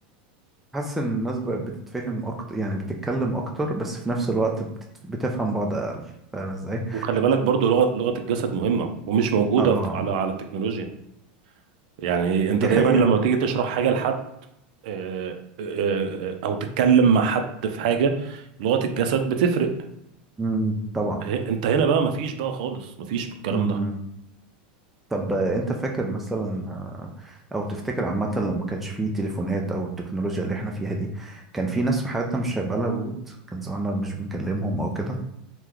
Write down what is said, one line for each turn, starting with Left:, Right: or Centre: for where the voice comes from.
Centre: حاسس ان الناس بقت بتتفهم اكتر يعني بتتكلم اكتر بس في نفس الوقت بتت- بتفهم بعض اقل فاهم ازاي؟
Right: وخلي بالك برضو لغه لغه الجسد مهمه ومش موجوده
Centre: اه
Right: في- على على التكنولوجيا يعني انت
Centre: دي
Right: دايما
Centre: حقيقة
Right: لما تيجي تشرح حاجه لحد آه، آه، آه، او تتكلم مع حد في حاجه لغه الجسد بتفرق
Centre: امم طبعا
Right: ه- انت هنا بقى مفيش بقى خالص مفيش من الكلام
Centre: مم.
Right: ده
Centre: طب آه، انت فاكر مثلا آه، او تفتكر عامة لو ما كانش فيه تليفونات او التكنولوجيا اللي احنا فيها دي كان في ناس في حياتنا مش هيبقى لها وجود كان زماننا مش بنكلمهم او كده